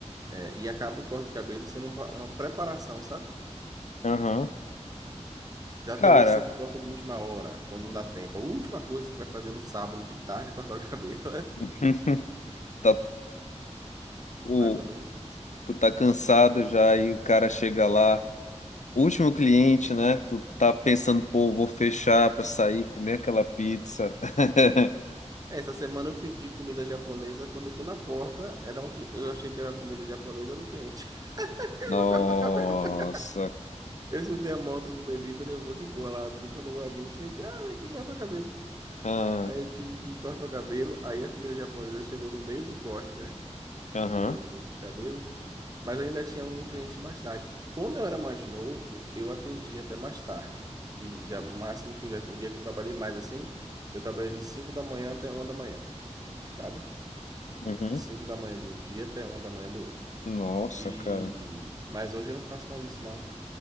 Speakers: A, on the right (about 30°); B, on the left (about 80°).
A: eh, e acaba o corte de cabelo sendo uma, uma preparação, sabe?
B: Aham.
A: Já
B: Cara,
A: tem outros que sempre posta de última hora, quando não dá tempo. A última coisa que vai fazer no sábado de tarde é cortar o cabelo.
B: <laughs> tá,
A: <laughs>
B: o,
A: Mais ou menos isso.
B: tu tá cansado já e o cara chega lá, último cliente, né? Tu tá pensando, pô, vou fechar pra sair, comer aquela pizza. <laughs>
A: É, Essa semana eu pedi comida japonesa. Quando eu fui na porta, era um, cli- eu achei que era comida japonesa, era o cliente.
B: Nossa.
A: <laughs> Corta cabelo. Eu escutei a moto do delivery, eu vou de boa lá abrir. Quando eu vou abrir, o cliente, ah, vem aqui, corta cabelo.
B: Ah,
A: Aí eu tive que cortar o cabelo. Aí a comida japonesa chegou no meio do corte, né?
B: Aham.
A: Do, do, do cabelo. Mas ainda tinha um cliente mais tarde. Quando eu era mais novo, eu atendia até mais tarde. De- já, o máximo que eu já, um dia que eu trabalhei mais assim, eu trabalhei de 5 da manhã até uma da manhã, sabe?
B: uhum.
A: De 5 da manhã de um dia até uma da manhã do outro.
B: Nossa,
A: E
B: cara.
A: mas hoje eu não faço mais isso não